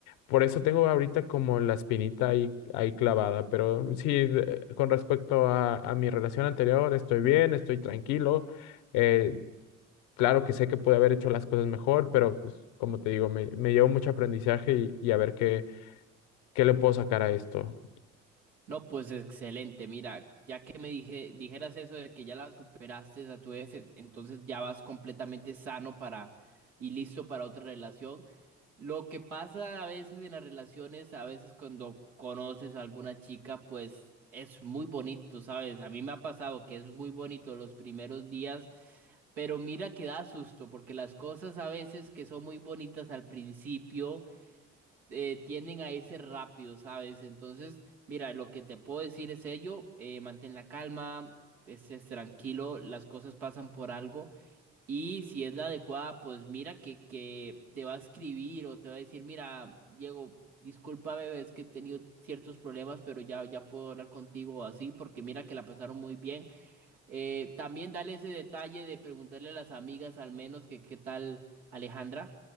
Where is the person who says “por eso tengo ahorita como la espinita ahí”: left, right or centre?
Left